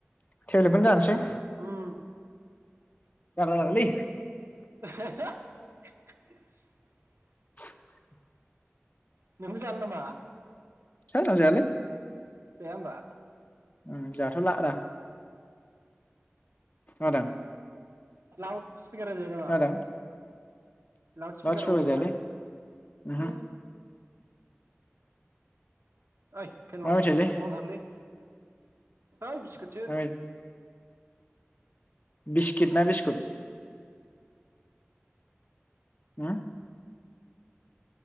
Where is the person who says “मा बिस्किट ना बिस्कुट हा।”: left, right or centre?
Left